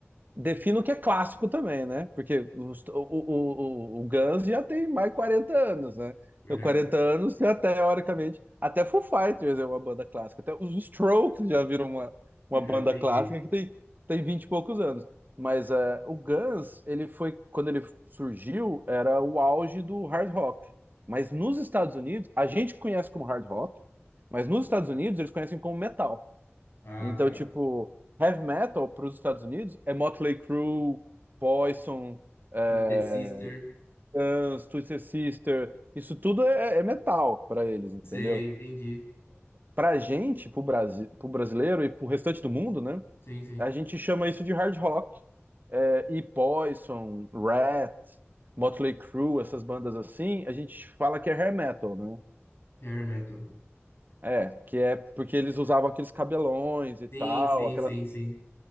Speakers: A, on the right (about 45°); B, on the left (about 60°).
A: Defino o que é clássico também, né? Porque os- o, o, o, o Guns já tem mais de 40 anos, né?
B: Verdade,
A: Então, 40 anos, já teoricamente, até Foo Fighters é uma banda clássica. Até os Strokes já viram uma,
B: verdade,
A: uma banda
B: entendi.
A: clássica que tem, tem 20 e poucos anos. Mas eh, o Guns, ele foi, quando ele surgiu, era o auge do hard rock. Mas nos Estados Unidos, a gente conhece como hard rock, mas nos Estados Unidos eles conhecem como metal.
B: Ah,
A: Então,
B: tá.
A: tipo, heavy metal para os Estados Unidos é Motley Crue, Poison, é,
B: Twisted Sister,
A: Guns, Twisted Sister, isso tudo é, é metal para eles, entendeu?
B: sei, entendi.
A: Pra gente, pro Brasi pro brasileiro e pro restante do mundo, né?
B: Sim, sim.
A: A gente chama isso de hard rock. É, e Poison, Rat, Motley Crue, essas bandas assim, a gente fala que é hair metal, né?
B: Hair metal.
A: É, que é porque eles usavam aqueles cabelões e
B: Sim,
A: tal,
B: sim,
A: aquela
B: sim, sim.